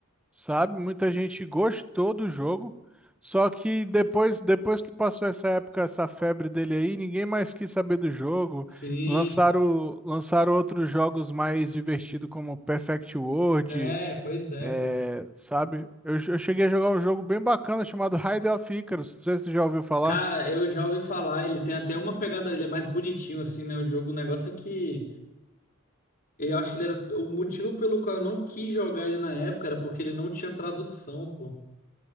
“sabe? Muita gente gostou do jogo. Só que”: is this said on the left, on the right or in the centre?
Centre